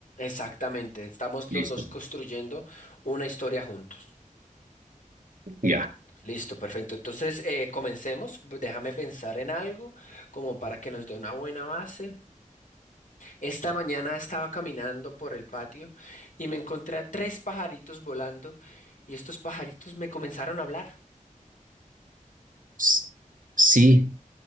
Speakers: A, on the left; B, on the right.
A: Exactamente, estamos los
B: listo,
A: dos construyendo una historia juntos.
B: ya.
A: Listo, perfecto. Entonces, eh, comencemos. Déjame pensar en algo como para que nos dé una buena base. Esta mañana estaba caminando por el patio y me encontré a tres pajaritos volando y estos pajaritos me comenzaron a hablar.
B: S- Sí,